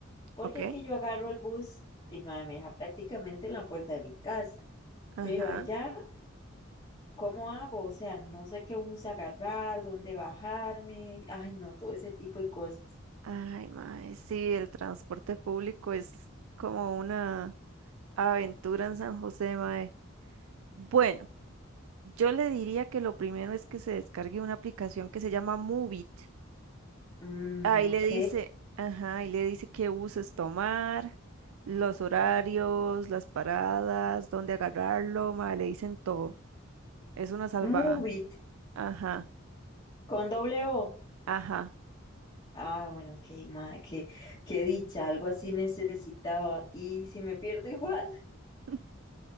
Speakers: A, on the left (about 25°); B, on the right (about 85°).
A: Porque
B: ok.
A: aquí yo agarro el bus y mae, me deja prácticamente en la puerta de mi casa.
B: Ajá.
A: Pero allá, ¿cómo hago? O sea, no sé qué bus agarrar, dónde bajarme. Ay, no, todo ese tipo de cosas.
B: Ay, mae, sí, el transporte público es como una aventura en San José, mae. Bueno. Yo le diría que lo primero es que se descargue una aplicación que se llama Moovit.
A: Mm,
B: Ahí le
A: ok.
B: dice, ajá, ahí le dice qué buses tomar, los horarios, las paradas, dónde agarrarlo, ma, le dicen todo. Es una salvada.
A: Move it,
B: Ajá,
A: con doble O.
B: ajá.
A: Ah, bueno, ok, madre, qué, qué dicha, algo así necesitaba. Y si me pierdo igual. <laughs>
B: <laughs>